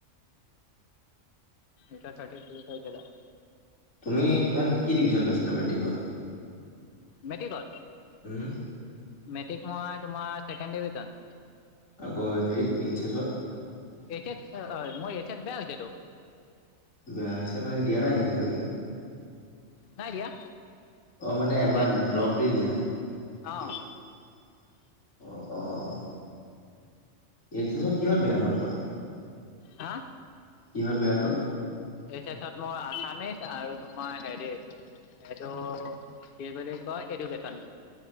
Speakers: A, on the left; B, on the left.
A: এতিয়া থাৰ্টি থ্ৰী কৰি দিলে
B: তুমি কিমান কি ডিভিজন পাইছিলা মেট্ৰিকত?
A: মেটিকত?
B: উম'
A: মেট্ৰিক মই তোমাৰ, ছেকেণ্ড ডিভিজন
B: আকৌ হেৰিত এইচ এচত?
A: এইচ এছ অ' মই এইচ এছ বেয়া হৈছে টো
B: বেয়া হৈছে মানে, দিয়া নাই নিকি এতিয়ালেকে?
A: নাই দিয়া
B: অ' মানে এবাৰ
A: এইচ
B: ড্ৰপ দি দিলা,
A: অ'
B: অ', অ' এইচ এছত কিহত বেয়া হ'ল তোমাৰ?
A: হা?
B: কিহঁত বেয়া হ'ল?
A: এইচ এছত মোৰ আসামিছ, আৰু তোমাৰ হেৰিত এইটো কি বুলি কয়, এডুকেশ্বন